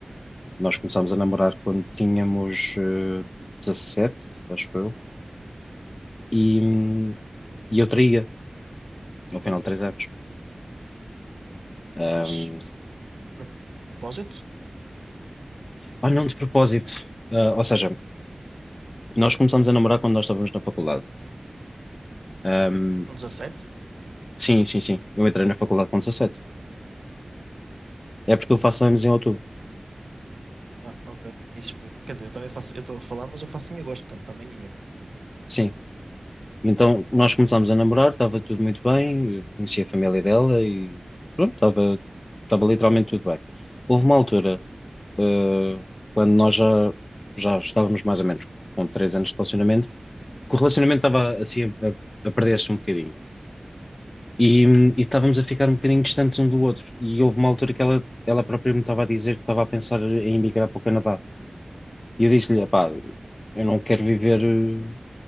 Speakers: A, on the left; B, on the right.
A: Nós começámos a namorar quando tínhamos, eh, 17, acho eu. E, hum, e eu traía, ao final
B: Ui,
A: de três anos. Hum,
B: mas pro- propósito?
A: Pá, não de propósito. Ah, ou seja, nós começamos a namorar quando nós estávamos na faculdade. Ahm,
B: São dezassete
A: sim, sim, sim. Eu entrei na faculdade com 17. É porque eu faço anos em outubro.
B: Ah, ok, isso explica. Quer dizer, eu também faço, eu estou a falar, mas eu faço em agosto, portanto também ia.
A: Sim. Então, nós começámos a namorar, estava tudo muito bem, eu conheci a família dela e pronto, estava, estava literalmente tudo bem. Houve uma altura, ah, quando nós já, já estávamos mais ou menos com 3 anos de relacionamento, que o relacionamento estava assim a, a a perder-se um bocadinho. E, hum, e estávamos a ficar um bocadinho distantes um do outro. E houve uma altura que ela, ela própria me estava a dizer que estava a pensar em emigrar para o Canadá. E eu disse-lhe, epá, eu não quero viver, eh,